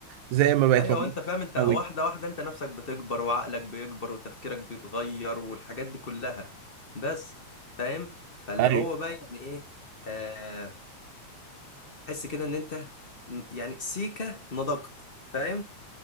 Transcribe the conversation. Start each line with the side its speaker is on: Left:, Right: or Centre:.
Right: زي ما بقت
Left: ايوه
Right: موجودة
Left: انت
Right: في
Left: فاهم انت
Right: الثانوي
Left: واحده واحده انت نفسك بتكبر وعقلك بيكبر وتفكيرك بيتغير والحاجات دي كلها بس فاهم فاللي
Right: أيوه
Left: هو بقى يعني ايه آه تحس كده ان انت ن- يعني سيكه نضجت فاهم